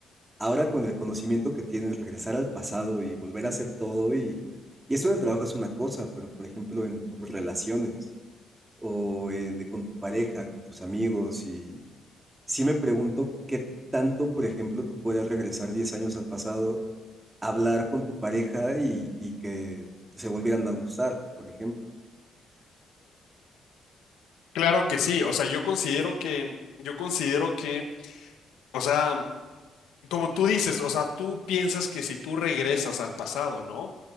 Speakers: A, on the right (about 20°); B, on the left (about 85°).
A: Ahora con el conocimiento que tienes, regresar al pasado y volver a hacer todo y, y eso del trabajo es una cosa, pero por ejemplo en tus relaciones o eh, de con tu pareja, con tus amigos. Y sí me pregunto qué tanto, por ejemplo, tú puedes regresar 10 años al pasado, hablar con tu pareja y, y que se volvieran a gustar, por ejemplo.
B: Claro que sí, o sea, yo considero que, yo considero que, o sea, Como tú dices, o sea, tú piensas que si tú regresas al pasado, ¿no?